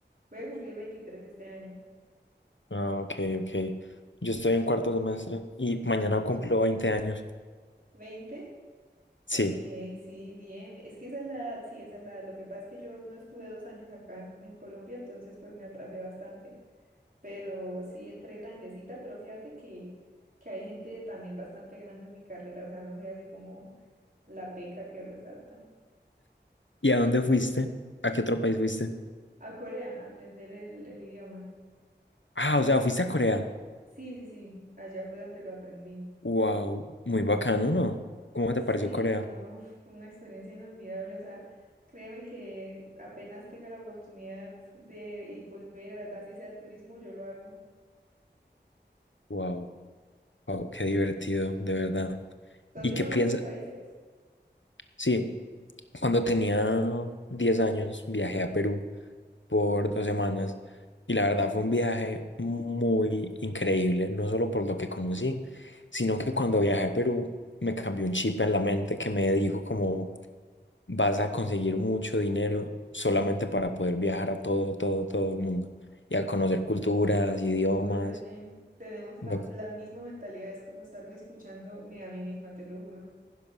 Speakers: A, on the right; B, on the left.
A: Voy a cumplir 23 este año.
B: Ah, ok, ok. Yo estoy en cuarto semestre y mañana cumplo veinte años.
A: Veinte,
B: Sí.
A: Ok, sí, bien, bien. Es que esa es la edad, sí, esa es la edad. Lo que pasa es que yo no estuve dos años acá en, en Colombia, entonces pues me atrasé bastante. Pero sí, entré grandecita, pero fíjate que, que hay gente también bastante grande en mi carrera, o sea, no soy así como la peca que resalta.
B: ¿Y a dónde fuiste? ¿A qué otro país fuiste?
A: A Corea, aprender el, el idioma.
B: Ah, o sea, fuiste a Corea.
A: Sí, sí, sí, allá fue donde lo aprendí.
B: Wow, muy bacano, ¿no? ¿Cómo te
A: Sí,
B: pareció Corea?
A: no, uf, una experiencia inolvidable. O sea, créeme que apenas tenga la oportunidad de y volver a, así sea turismo, yo lo hago.
B: Wow, wow, qué
A: Ujú.
B: divertido, de verdad.
A: ¿Tú
B: ¿Y
A: has viajado
B: qué piensas?
A: a otros países?
B: Sí, cuando tenía 10 años viajé a Perú por
A: Mm,
B: dos semanas y la verdad fue un viaje muy increíble, no solo por lo que conocí, sino que cuando viajé a Perú me cambió un chip en la mente que me dijo como vas a conseguir mucho dinero solamente para poder viajar a todo, todo, todo el mundo y a conocer culturas, idiomas.
A: uy, oye, tenemos la,
B: No-
A: la misma mentalidad, es como estarme escuchándome a mí misma, te lo juro.